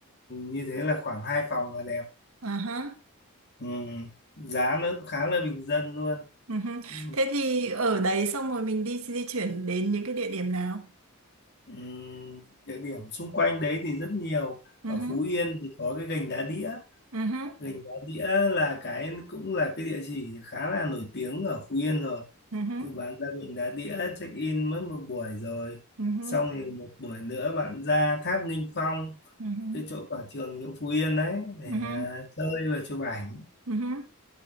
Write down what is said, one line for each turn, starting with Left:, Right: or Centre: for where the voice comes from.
Left: như thế là khoảng hai phòng là đẹp
Right: à hả,
Left: ừ. giá nó cũng khá là bình dân luôn
Right: ừ
Left: ừ.
Right: thế thì ở đấy xong rồi mình đi di chuyển đến những cái địa điểm nào
Left: Ừ. địa điểm xung quanh đấy thì rất nhiều
Right: ừ
Left: ở
Right: hứ,
Left: Phú Yên thì có cái gành đá đĩa
Right: ừ hứ,
Left: Gành Đá Đĩa là cái cũng là cái địa chỉ khá là nổi tiếng ở Phú Yên rồi
Right: ừ hứ,
Left: thì bạn ra Gành Đá Đĩa check in mất một buổi rồi
Right: ừ hứ,
Left: xong thì một buổi nữa bạn ra Tháp Nghinh Phong
Right: ừ hứ,
Left: cái chỗ quảng trường chỗ Phú Yên đấy để
Right: ừ hứ,
Left: à, chơi và chụp ảnh
Right: ừ hứ,